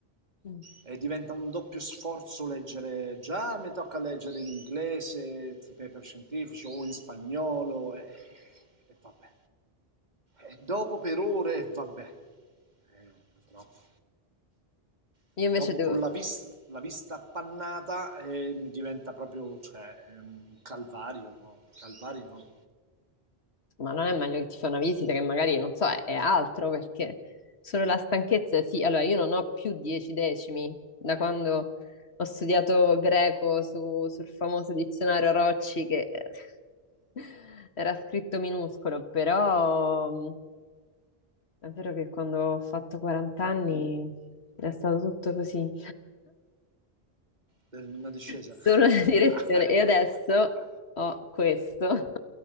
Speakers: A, on the left (about 80°); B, on the right (about 45°).
A: Io
B: E diventa un doppio sforzo leggere, già mi tocca leggere in inglese, i paper scientifici o in spagnolo e, e vabbè. E dopo per ore e vabbè. Eh, purtroppo.
A: invece
B: Eh, dopo
A: devo...
B: con la vista, la vista appannata eh, mi diventa proprio, cioè, è un calvario, no? Calvario no,
A: Ma non è meglio che ti fa una visita che magari, non so, è, è altro perché solo la stanchezza, sì, allora io non ho più dieci decimi da quando ho studiato greco su- sul famoso dizionario Rocci che <laughs> era scritto minuscolo, però mh, è vero che quando ho fatto 40 anni è stato tutto così.
B: è una discesa.
A: solo la
B: <laughs>
A: direzione. E adesso
B: No, no, no.
A: ho questo.